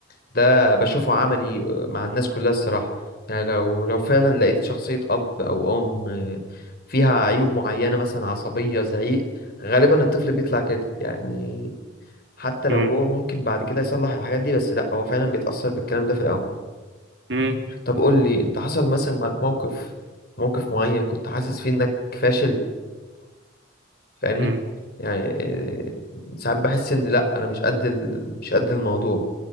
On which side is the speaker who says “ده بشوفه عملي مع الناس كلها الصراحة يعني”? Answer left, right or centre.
Left